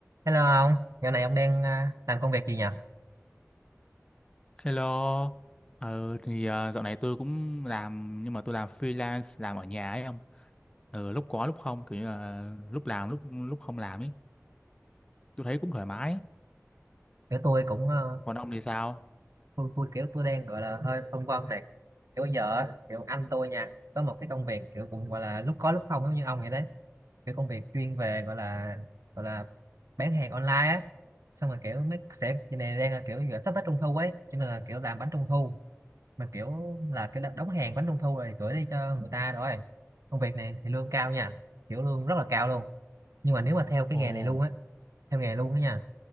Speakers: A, on the right; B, on the left.
A: Hello ông, dạo này ông đang à, làm công việc gì nhỉ?
B: Hello, ờ, thì ờ, dạo này tôi cũng làm nhưng mà tôi làm freelance làm ở nhà ấy ông, ờ, lúc có lúc không kiểu như là lúc làm lúc lúc không làm ấy, tôi thấy cũng thoải mái.
A: Kiểu tôi cũng ờ,
B: Còn ông thì sao?
A: tôi, tôi kiểu tôi đang gọi là hơi phân vân này. Kiểu bây giờ á, kiểu anh tôi nha, có một cái công việc kiểu cũng gọi là lúc có lúc không giống như ông vậy đấy. Kiểu công việc chuyên về gọi là gọi là bán hàng online á. Xong rồi kiểu mấy sẽ cái này đang là kiểu giờ sắp tới trung thu ấy, cho nên là kiểu làm bánh trung thu mà kiểu là cái đóng hàng bánh trung thu rồi gửi đi cho người ta rồi. Công việc này thì lương cao nha, kiểu lương rất là cao luôn. Nhưng mà nếu mà theo cái
B: Ồ,
A: nghề này luôn á, theo nghề luôn á nha